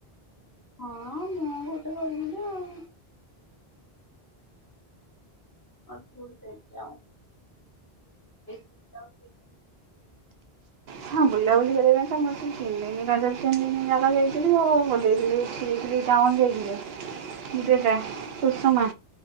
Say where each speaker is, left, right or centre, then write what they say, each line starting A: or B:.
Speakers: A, on the left (about 15°); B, on the right (about 70°).
A: ହଁ ମୁଁ ଗୋଟେ କରିଥିଲି ଆଉ। ଅ ଚୁଡ ସେଟ୍ ଟେ ଆଉ <unintelligible> କରିବାକୁ?
B: ହଁ ବୁଲାବୁଲି କରିବା ପାଇଁ ତ ମତେ ତିନି ଦିନି ରଜ ରେ ତିନି ଦିନି ଜାକ ଯାଇ ଥିଲି ଆଉ ଗୋଟେ ଯାଇଥିଲି <unintelligible> ଟାଉନ୍ ଯାଇଥିଲି। ବିରଜା, କୁସୁମା।